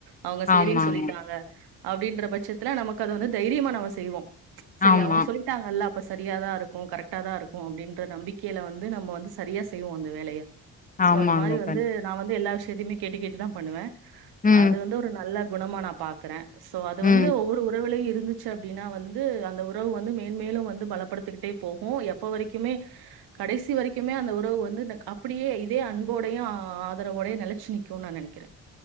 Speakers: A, on the right; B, on the left.
A: அவங்க சேரின்
B: ஆமாங்க
A: சொல்லிட்டாங்க அப்டிங்கிற பட்சத்துல நமக்கு அது வந்து தைரியமா நம்ம செய்வோ சரி
B: ஆமா
A: அவங்க சொல்லி ட்டாங்கல்ல அப்ப சரியாதா இருக்கு கரெக்டா தா இருக்கு அப்டிங்கிற நம்பிக்கையில வந்து நம்ம வந்து சரியா செய்வோ அந்த வேலைய சோ
B: ஆமாங்க
A: அது மாரி வந்து
B: கண்
A: நா வந்து எல்லா விஷ்யத்தையுமே கேட்டு கேட்டுதா பண்ணுவே
B: ம்
A: அது வந்து ஒரு நல்ல குணமா நா பாக்கற சோ அது வந்து
B: ம்
A: ஒவ்வொரு உறவிலியு இருந்துச் அப்படின்னா வந்து அந்த உறவு வந்து மேன்மேலு வந்து பலப்படுத்துக்கிட்டே போகு எப்போ வரைக்குமே கடைசி வரைக்குமே அந்த உறவு வந்து நக் அப்படியே இதே அன்போடையு ஆதரவோடயு நிலச்சு நிக்குன் நா நெனைக்கிறே